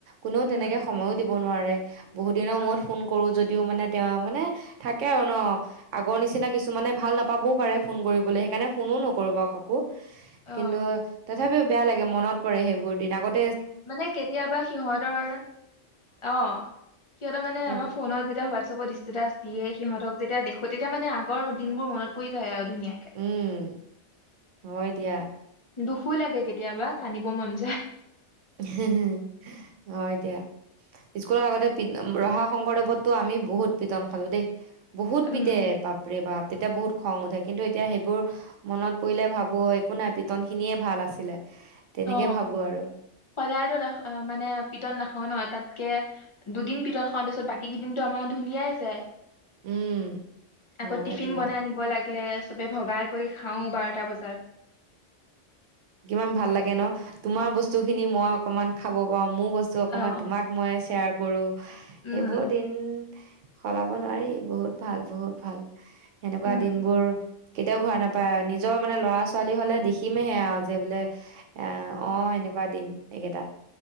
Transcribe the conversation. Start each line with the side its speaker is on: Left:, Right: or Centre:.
Right: কোনেও
Left: উম
Right: তেনেকে সময়ো দিব দিব নোৱাৰে। বহুতদিনৰ
Left: অ
Right: মূৰত ফোন কৰো যদি দিও মানে তেওঁ মানে থাকে আৰু ন, আগৰ নিচিনা কিছুমানে ভাল নাপাবও পাৰে ফোন কৰিবলৈ সেইকাৰণে ফোনো নকৰো বা কাকো।
Left: অ
Right: কিন্তু তাত তথাপিও বেয়া লাগে মনত পৰে সেইবোৰ দিন আগত
Left: মানে কেতিয়াবা সিহঁতৰ, অ সিহঁতৰ মানে
Right: সেইবোৰ
Left: আমাৰ ফোনত যেতিয়া হোৱাটছএপত দিছে যেতিয়া দিয়ে সিহঁতক যেতিয়া দেখো তেতিয়া মানে আগৰ দিনবোৰ মনত পৰি যায় আৰু। ধুনীয়াকে
Right: উম, হয় দিয়া।
Left: দুখো লাগে কেতিয়াবা কান্দিব মন যায়।
Right: হুউ হয় দিয়া, স্কুলৰ আগতে ৰহা শংকৰদেৱতটো আমি বহুত পিটন খালো দেই। বহুত
Left: উম
Right: পিটে, বাপ ৰে বাপ তেতিয়া বহুত খং উঠে কিন্তু এতিয়া সেইবোৰ মনত পৰিলে ভাবো একো নাই পিটন খিনিয়ে ভাল আছিলে। তেনেকে
Left: অ
Right: ভাবো আৰু।
Left: সদায়তো ন মানে পিটন নাখাও ন তাতকে দুদিন পিটন খাওঁ তাৰ পিছত বাকী কেইদিনো আমাৰ ধুনীয়াই যায়।
Right: উম হয়
Left: আকৌ টিফিন
Right: দিয়া
Left: বনাই আনিব লাগে। চবে ভগাই কৰি খাওঁ, বাৰটা বজাত।
Right: কিমান ভাল লাগে ন তোমাৰ বস্তু খিনি মই অকমান খাব পাওঁ মোৰ বস্তু অকণমান
Left: অ
Right: তোমাক মই শ্বেয়াৰ কৰোঁ।
Left: উম
Right: এইবোৰ দিন সলাব নোৱাৰি বহুত ভাল, বহুত ভাল। সেনেকুৱা দিনবোৰ
Left: উম
Right: কেতিয়াও ঘূৰা নাপায় আৰু নিজৰ মানে ল'ৰা ছোৱালী হলে দেখিমেহে আৰু যে বোলে অ, অ এনেকুৱা দিন এইকেইটা